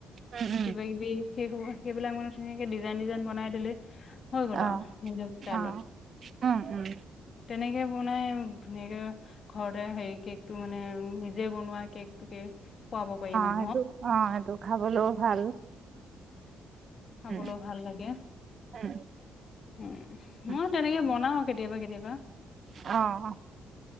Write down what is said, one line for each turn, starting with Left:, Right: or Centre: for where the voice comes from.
Right: উম উম
Left: কিবা কিবি সেই হ'ব, সেইবিলাকমানে ধুনীয়াকে ডিজাইন ডিজাইন বনাই দিলে হৈ গ'ল
Right: অ',
Left: আৰু নিজৰাইলত
Right: অ', উম, উম,
Left: তেনেকে বনাই ধুনীয়াকে ঘৰতে হেৰি কেকটো মানে নিজে বনোৱা কেকটোকে পোৱাব পাৰিমমান
Right: অ', এইটো অ', এইটো খাবলৈও ভাল।
Left: খাবলৈ
Right: উম,
Left: ভাল লাগে
Right: উম।
Left: উম,
Right: উম
Left: মই তেনেকে বনাওঁ। কেতিয়াবা, কেতিয়াবা
Right: অ'।